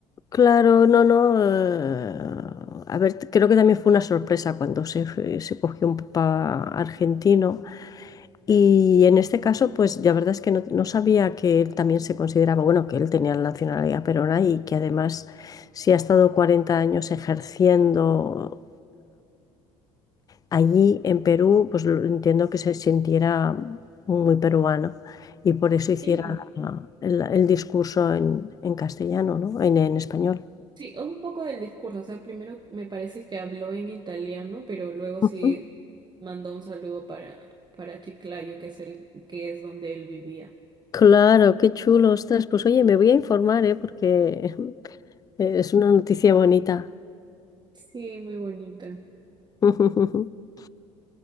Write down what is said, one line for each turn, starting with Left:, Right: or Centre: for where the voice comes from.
Left: claro, no, no. eh, a ver, creo que también fue una sorpresa cuando se, fue- se cogió un papá argentino. Y en este caso, pues la verdad es que no, no sabía que él también se consideraba, bueno, que él tenía la nacionalidad peruana y que además, si ha estado 40 años ejerciendo, Allí en Perú, pues lo- entiendo que se sintiera muy peruano y por eso hiciera
Right: Sí,
Left: la- el, el discurso en, en castellano, ¿no? En, en español.
Right: sí, un poco del discurso. O sea, primero me parece que habló en italiano, pero luego
Left: Ujú.
Right: sí mandó un saludo para, para Chiclayo, que es el, que es donde él vivía.
Left: Claro, qué chulo, ostras. Pues oye, me voy a informar, ¿eh? Porque <laughs> es una noticia bonita.
Right: Sí, muy bonita.
Left: <laughs>